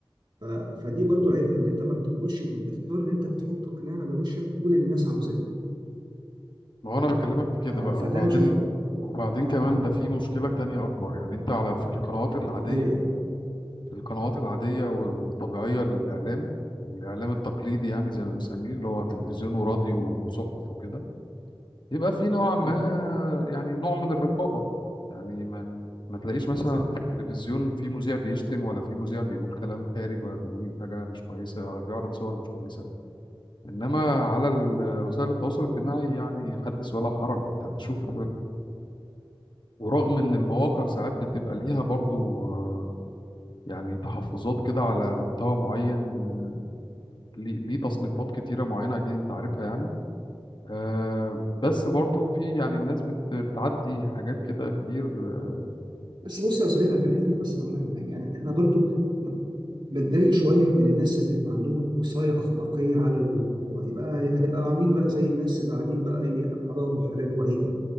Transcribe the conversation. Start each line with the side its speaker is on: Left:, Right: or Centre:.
Right: ف... فدي برضو عيبها اللي انت ما بتقولش بتضطر ان انت تحط قناع على وشك وتقول ان الناس عاوزاه
Left: ما هو انا بكلمك في كده
Right: ف...
Left: بقى
Right: فده
Left: وبعدين
Right: انا شايف
Left: وبعدين
Right: اه
Left: كمان ده في مشكلة تانية اكبر يعني انت على في القنوات العادية
Right: اللي هي ايه
Left: في القنوات العادية والطبيعية للاعلام الاعلام التقليدي يعني زي ما بنسميه اللي هو تلفزيون وراديو وصحف وكده يبقى في نوعا ما
Right: مم،
Left: يعني نوع من الرقابة يعني ما ما تلاقيش مثلا
Right: بالظبط
Left: في التلفزيون في مذيع بيشتم ولا في مذيع بيقول كلام خارج ولا بيقول حاجة مش كويسة ولا بيعرض صور مش كويسة انما على ال- وسائل التواصل الاجتماعي يعني حدث ولا حرج انت بتشوف ورغم ان المواقع ساعات بتبقى ليها برضو آه، يعني تحفظات كده على محتوى معين آه، ليه ليه تصنيفات كتيرة معينة اكيد انت عارفها يعني آه، بس برضو في يعني الناس بت بتعدي حاجات كده كتير آه،
Right: بس بص يا صديقي خليني خليني بس انا اقول لك على حاجه يعني انا برضو بتضايق شويه من الناس اللي بيبقى عندهم وصايه اخلاقيه على الموضوع يبقى هنبقى عاملين بقى زي الناس اللي قاعدين بقى ايه حرام وحلال وعيب